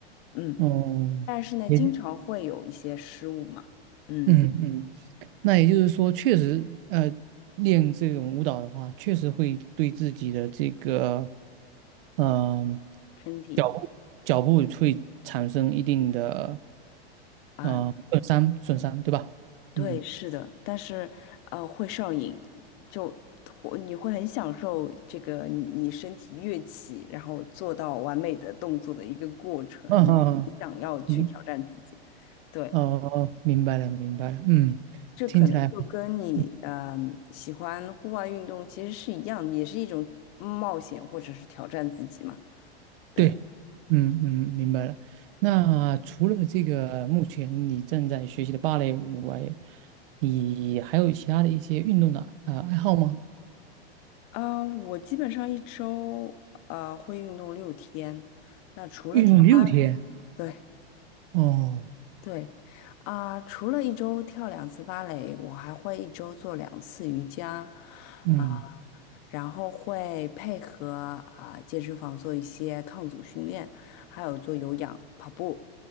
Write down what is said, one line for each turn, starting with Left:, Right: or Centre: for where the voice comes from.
Left: 嗯，
Right: 哦，
Left: 但是呢，
Right: 也
Left: 经常会有一些失误嘛，嗯，
Right: 嗯嗯。那也就是说，确实，呃，练这种舞蹈的话，确实会对自己的这个，嗯、
Left: 身体。
Right: 脚步脚步会产生一定的，
Left: 啊。
Right: 呃，损伤损伤，对吧？
Left: 对，
Right: 嗯，
Left: 是的，但是呃，会上瘾，就会你会很享受这个你你身体跃起，然后做到完美的动作的一个过程，
Right: 嗯嗯，
Left: 你很想要去挑战自己。
Right: 明，
Left: 对，
Right: 哦，明白了，明白了，嗯，
Left: 这可能就跟你嗯、
Right: 听起来，嗯
Left: 喜欢户外运动其实是一样，也是一种冒险或者是挑战自己嘛。对
Right: 对，嗯嗯，明白了。那除了这个，目前你正在学习的芭蕾舞外，你还有其他的一些运动的呃爱好吗？
Left: 啊、我基本上一周呃会运动六天，那除了跳，
Right: 运动六天
Left: 对。
Right: 哦，
Left: 对，啊、除了一周跳两次芭蕾，我还会一周做两次瑜伽，
Right: 嗯
Left: 啊、然后会配合啊、健身房做一些抗阻训练，还有做有氧、跑步